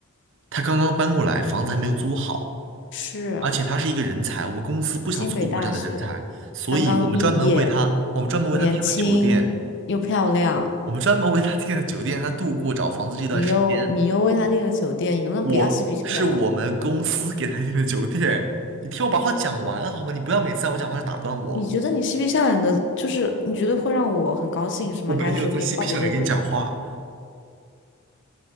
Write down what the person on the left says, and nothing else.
是
清北大学，
刚刚毕业，
年轻又漂亮，
你又你又为他订了酒店，你能不能不要嬉皮笑脸的？
你觉得你嬉皮笑脸的，就是你觉得会让我很高兴是吗？
你还觉得可以化解这个